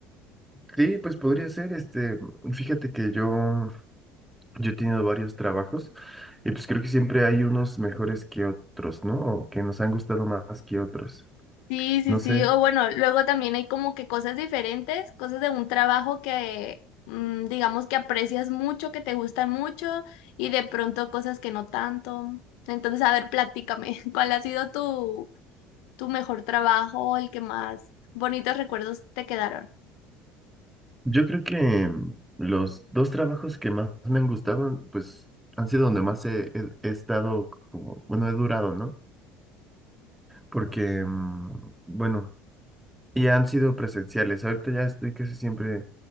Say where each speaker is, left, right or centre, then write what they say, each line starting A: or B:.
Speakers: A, in the centre; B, on the left.
A: Sí, pues podría ser, este, fíjate que yo, yo he tenido varios trabajos y pues creo que siempre hay unos mejores que otros, ¿no? O que nos han gustado más que otros.
B: Sí, sí,
A: No sé,
B: sí. O bueno, luego también hay como que cosas diferentes, cosas de un trabajo que mm, digamos que aprecias mucho, que te gustan mucho y de pronto cosas que no tanto. Entonces, a ver, platícame, <laughs> ¿cuál ha sido tu, tu mejor trabajo, el que más bonitos recuerdos te quedaron?
A: yo creo que mm, los dos trabajos que más me han gustado, pues han sido donde más he, he- he estado como, bueno, he durado, ¿no? Porque, mm, bueno, Y han sido presenciales. Ahorita ya estoy casi siempre